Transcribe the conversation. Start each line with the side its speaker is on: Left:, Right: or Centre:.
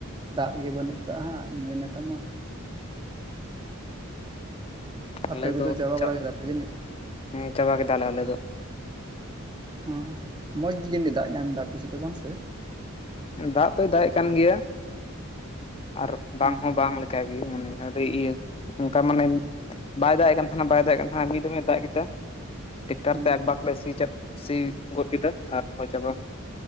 Right: ᱫᱟᱜ ᱜᱮ ᱵᱟᱹᱱᱩᱜ ᱟᱠᱟᱫ ᱦᱟᱸᱜ ᱱᱤᱭᱟᱹ ᱱᱟᱠᱷᱟ ᱢᱟ? ᱟᱯᱮ
Left: ᱟᱞᱮ
Right: ᱠᱚᱫᱚ
Left: ᱫᱚ
Right: ᱪᱟᱵᱟ
Left: ᱪᱟᱜ,
Right: ᱵᱟᱲᱟ ᱠᱮᱫᱟ ᱯᱮ ᱡᱟᱹᱱᱤᱡ
Left: ᱦᱮᱸ ᱪᱟᱵᱟ ᱠᱮᱫᱟᱞᱮ ᱟᱞᱮ ᱫᱚ᱾
Right: ᱦᱚᱸ ᱢᱚᱡᱽ ᱜᱮ ᱡᱟᱹᱱᱤᱡ ᱫᱟᱜ ᱧᱟᱢ ᱮᱫᱟ ᱟᱯᱮᱥᱮᱫ ᱫᱚ ᱵᱟᱝ ᱥᱮ?
Left: ᱫᱟᱜ ᱫᱚᱭ ᱫᱟᱜ ᱮᱜ ᱠᱟᱱ ᱜᱮᱭᱟ ᱟᱨ ᱵᱟᱝ
Right: ᱦᱮᱸ
Left: ᱦᱚᱸ ᱵᱟᱝ ᱞᱮ ᱠᱟᱜᱮ ᱢᱟᱱᱮ ᱟᱹᱰᱤ ᱤᱭᱟᱹ ᱚᱱᱠᱟ ᱢᱟᱱᱮ, ᱵᱟᱭ ᱫᱟᱜ ᱮᱫ ᱠᱟᱱ ᱛᱟᱦᱮᱱᱟ ᱵᱟᱭ ᱫᱟᱜ ᱮ ᱠᱟᱱ ᱛᱟᱦᱮᱱᱟ ᱢᱤᱫ ᱫᱚᱢᱮ ᱫᱟᱜ ᱠᱮᱫᱟ᱾ ᱴᱮᱠᱴᱟᱨ
Right: ᱦᱩᱸ
Left: ᱛᱮ ᱟᱠᱵᱟᱠ ᱞᱮ ᱥᱤ, ᱥᱤ ᱜᱚᱫ ᱠᱮᱫᱟ ᱟᱨ ᱨᱚᱦᱚᱭ ᱪᱟᱵᱟ᱾